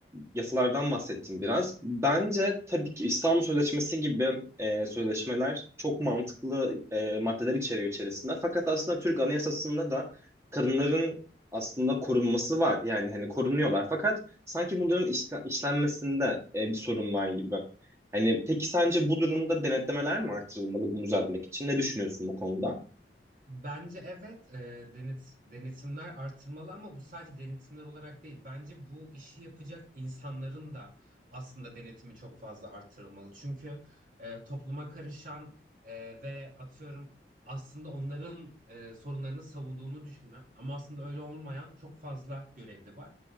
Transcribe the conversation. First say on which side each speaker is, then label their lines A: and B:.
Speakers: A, on the right; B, on the right.
A: yasalardan bahsettim biraz. Bence tabii ki İstanbul Sözleşmesi gibi e, sözleşmeler çok mantıklı e, maddeler içeriyor içerisinde. Fakat aslında Türk Anayasası'nda da kadınların aslında korunması var. Yani hani korunuyorlar. Fakat sanki bunların işle- işlenmesinde e, bir sorun var gibi. Hani peki sence bu durumda denetlemeler mi artırılmalı bunu düzeltmek için? Ne düşünüyorsun bu konuda?
B: Bence evet e, denet, denetimler artırmalı ama bu sadece denetimler olarak değil. Bence bu işi yapacak insanların da aslında denetimi çok fazla artırılmalı. Çünkü e, topluma karışan e, ve atıyorum aslında onların e, sorunlarını savunduğunu düşünen ama aslında öyle olmayan çok fazla görevli var.